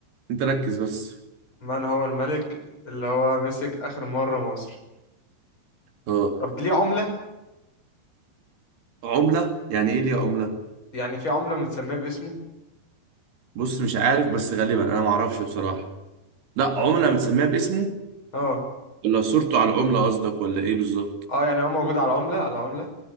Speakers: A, on the right; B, on the left.
A: انت ركز بس
B: من هو الملك اللي هو مسك اخر مرة مصر
A: اه
B: طب ليه عملة
A: عملة يعني ايه ليه عملة
B: يعني في عملة متسمية باسمه
A: بص مش عارف بس غالبا انا ما اعرفش بصراحة لا عملة متسميها باسمه
B: اه
A: ولا صورته على العملة قصدك ولا ايه بالظبط
B: اه يعني هو موجود على عملة على عملة